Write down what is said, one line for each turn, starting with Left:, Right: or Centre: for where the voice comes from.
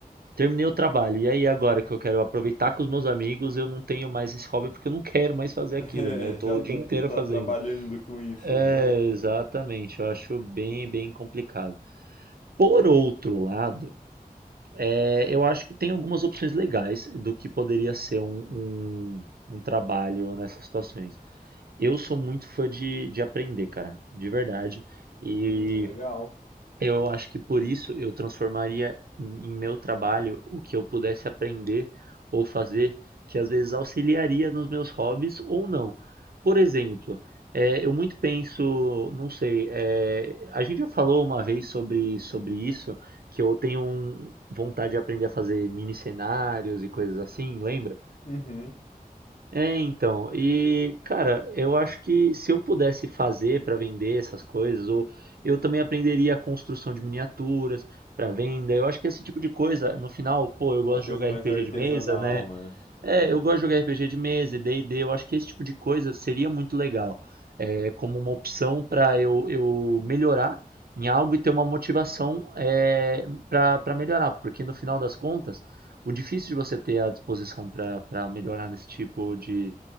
Right: terminei o trabalho e aí agora que eu quero aproveitar com os meus amigos, eu não tenho mais esse hobby porque eu não <laughs> quero mais fazer
Left: <laughs> É,
Right: aquilo, né? Eu tô
Left: já
Right: o
Left: tá,
Right: dia inteiro
Left: tá
Right: fazendo.
Left: trabalhando com isso,
Right: É,
Left: né?
Right: exatamente, eu acho bem, bem complicado. Por outro lado, é, eu acho que tem algumas opções legais do que poderia ser um, um, um trabalho nessas situações. Eu sou muito fã de, de aprender, cara, de verdade. E
Left: Hum, legal.
Right: eu acho que por isso eu transformaria em meu trabalho o que eu pudesse aprender ou fazer, que às vezes auxiliaria nos meus hobbies ou não. Por exemplo, é, eu muito penso, não sei, é, a gente já falou uma vez sobre, sobre isso, que eu tenho um- vontade de aprender a fazer mini cenários e coisas assim, lembra?
Left: Uhum.
Right: É, então, e cara, eu acho que se eu pudesse fazer para vender essas coisas, ou eu também aprenderia a construção de miniaturas para venda. Eu acho que esse tipo de coisa, no final, pô, eu gosto
Left: Uma coisa
Right: de jogar
Left: mais
Right: RPG
Left: artesanal,
Right: de mesa, né?
Left: né?
Right: É, eu gosto de jogar RPG de mesa e D&D. Eu acho que esse tipo de coisa seria muito legal, é, como uma opção para eu, eu melhorar em algo e ter uma motivação é, para para melhorar, porque no final das contas, o difícil de você ter a disposição para para melhorar nesse tipo de